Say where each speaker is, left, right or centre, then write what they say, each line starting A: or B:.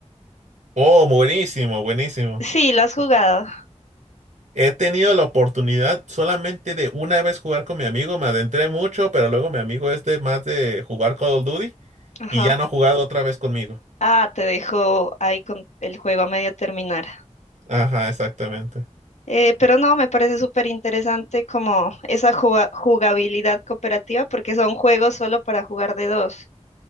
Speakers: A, on the right; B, on the left.
A: Oh, buenísimo, buenísimo.
B: Sí, lo has jugado.
A: He tenido la oportunidad solamente de una vez jugar con mi amigo, me adentré mucho, pero luego mi amigo es de más de jugar Call of Duty
B: Ajá.
A: y ya no ha jugado otra vez conmigo.
B: Ah, te dejo ahí con el juego a medio terminar.
A: Ajá, exactamente.
B: Eh, pero no, me parece súper interesante como esa juga- jugabilidad cooperativa porque son juegos solo para jugar de dos.